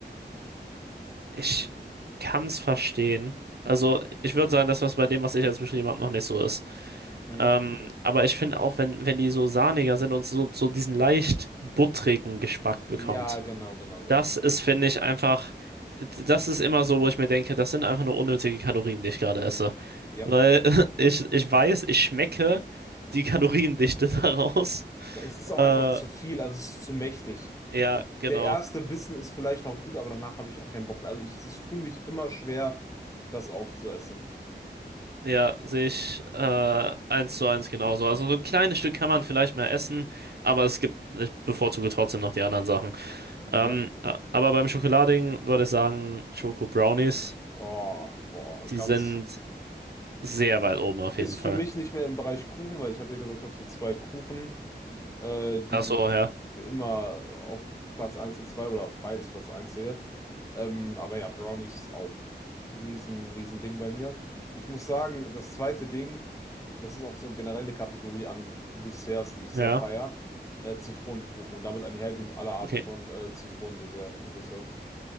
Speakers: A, on the right; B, on the left.
A: ich kann es verstehen. Also ich würde sagen, das, was bei dem, was ich jetzt beschrieben habe, noch nicht so ist.
B: Hm?
A: Ähm, aber ich finde auch, wenn, wenn die so sahniger sind und so, so diesen leicht buttrigen Geschmack bekommt,
B: Ja, genau, genau, genau.
A: das ist, finde ich, einfach, das ist immer so, wo ich mir denke, das sind einfach nur unnötige Kalorien, die ich gerade esse.
B: Ja.
A: Weil <laughs> ich, ich weiß, ich schmecke die Kaloriendichte <laughs> daraus.
B: Ja, es ist auch
A: Äh,
B: einfach zu viel, also es ist zu mächtig.
A: ja,
B: Ich,
A: genau.
B: der erste Bissen ist vielleicht noch gut, aber danach habe ich auch keinen Bock mehr. Also ich, es tut mich immer schwer, das aufzuessen.
A: Ja, sehe ich äh, eins zu eins genauso. Also so ein kleines Stück kann man vielleicht mal essen, aber es gibt, ich bevorzuge trotzdem noch die anderen Sachen.
B: Ja.
A: Ähm, a- aber beim Schokolading würde ich sagen, Schoko Brownies,
B: Oh, boah, ganz.
A: die sind sehr weit oben auf
B: Ist
A: jeden Fall.
B: für mich nicht mehr im Bereich Kuchen, weil ich hatte ja gesagt, ich habe so zwei Kuchen, äh, die
A: Ach so,
B: ich
A: ja.
B: für immer auf Platz eins und 2 oder beides Platz eins sehe. Ähm, aber ja, Brownies auch riesen, riesen Ding bei mir. Ich muss sagen, das zweite Ding, das ist auch so generell eine Kategorie an Desserts, die ich
A: Ja,
B: sehr feier, äh, Zitronenkuchen. Und damit einhergehend alle Arten
A: okay.
B: von äh, Zitronendesserts. Desserts.